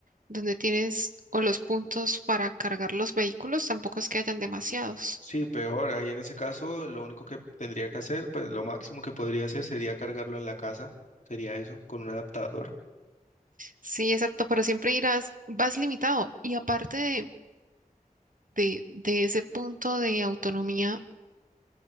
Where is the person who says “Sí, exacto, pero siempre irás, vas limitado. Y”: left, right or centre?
Right